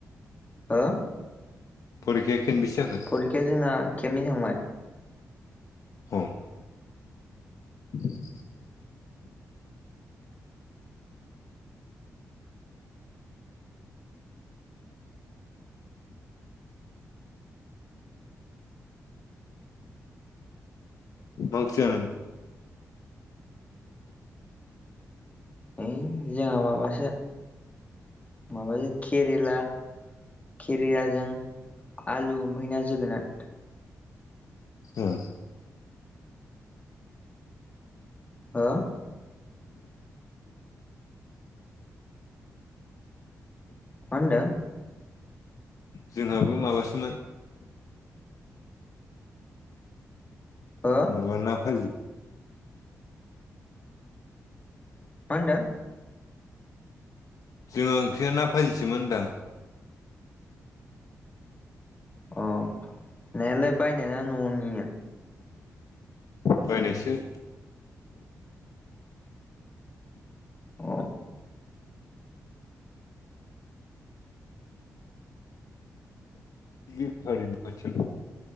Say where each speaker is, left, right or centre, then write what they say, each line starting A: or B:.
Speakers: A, on the left (about 25°); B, on the left (about 65°).
A: ओ?
B: फरिखाया खनबिसि जाखो?
A: फरिखाया जोंना खेबनै थांबाय।
B: औ। <inaudible> मा ओंख्रि जानायमोन?
A: ओइ जोंहा माबासो माबाजो केरेला। खेरियाजों आलु ओमफाय ना जोगोनार।
B: ओ।
A: हो? मा‌ होनदों?
B: जोंहाबो माबासोमोन।
A: ओ।
B: माबा ना फाजि।
A: मा होनदो?
B: जोंहा ओंख्रिया ना फायिसोमोन होनदां।
A: अ नेनायालाय बायनाय न'आवनियो।
B: बायनायसो।
A: अ।
B: बि फ ब <inaudible>